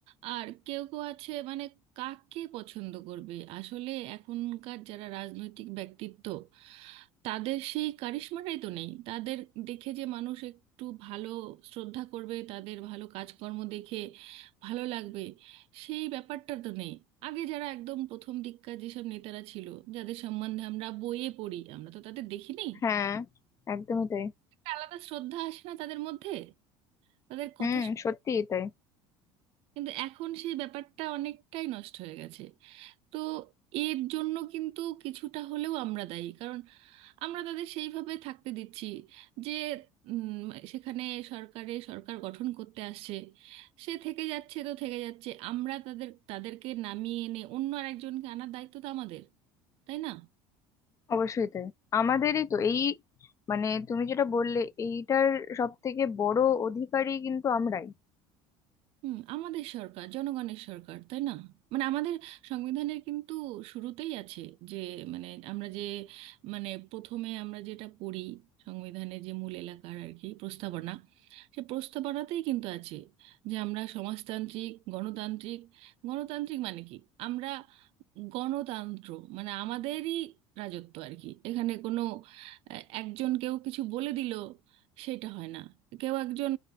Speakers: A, on the right; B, on the left.
A: আর কেউ কেউ আছে মানে কাকে পছন্দ করবে আসলে এখনকার যারা রাজনৈতিক ব্যক্তিত্ব তাদের সেই কারিশমাটাই তো নেই তাদের দেখে যে মানুষ একটু ভালো শ্রদ্ধা করবে তাদের ভালো কাজকর্ম দেখে ভালো লাগবে সেই ব্যাপারটা তো নেই আগে যারা একদম প্রথম দিককার যেসব নেতারা ছিল যাদের সম্বন্ধে আমরা বইয়ে পড়ি আমরা তো তাদের দেখিনি
B: হ্যাঁ একদমই তাই
A: একটা আলাদা শ্রদ্ধা আসে না তাদের মধ্যে তাদের কথা
B: হুম
A: শুন-
B: সত্যিই তাই
A: কিন্তু এখন সেই ব্যাপারটা অনেকটাই নষ্ট হয়ে গেছে তো এর জন্য কিন্তু কিছুটা হলেও আমরা দায়ী কারণ আমরা তাদের সেইভাবে থাকতে দিচ্ছি যে উম, সেখানে সরকারে সরকার গঠন করতে আসছে সে থেকে যাচ্ছে তো থেকে যাচ্ছে আমরা তাদের তাদেরকে নামিয়ে এনে অন্য আরেকজনকে আনার দায়িত্ব তো আমাদের তাই না
B: অবশ্যই তাই আমাদেরই তো এই মানে তুমি যেটা বললে এইটার সব থেকে বড় অধিকারী কিন্তু আমরাই
A: হুম আমাদের সরকার জনগণের সরকার তাই না মানে আমাদের সংবিধানের কিন্তু শুরুতেই আছে যে মানে আমরা যে মানে প্রথমে আমরা যেটা পড়ি সংবিধানের যে মূল এলাকার আর কি প্রস্তাবনা সে প্রস্তাবনাতেই কিন্তু আছে যে আমরা সমাজতান্ত্রিক গণতান্ত্রিক গণতান্ত্রিক মানে কি আমরা গণতন্ত্র মানে আমাদেরই রাজত্ব আর কি এখানে কোনো আহ, একজন কেউ কিছু বলে দিল সেটা হয় না কেউ একজন